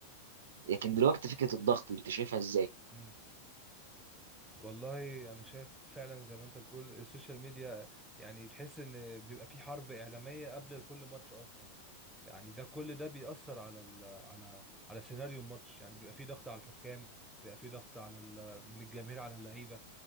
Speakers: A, on the right; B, in the centre.
A: لكن دلوقتي فكره الضغط انت شايفها ازاي؟
B: امم والله انا شايف فعلا زي ما انت بتقول السوشيال ميديا يعني بتحس ان بيبقى في حرب اعلاميه قبل كل ماتش اصلا يعني ده كل ده بيأثر على ال على على سيناريو الماتش يعني بيبقى في ضغط على الحكام بيبقى في ضغط على ال من الجماهير على اللعيبه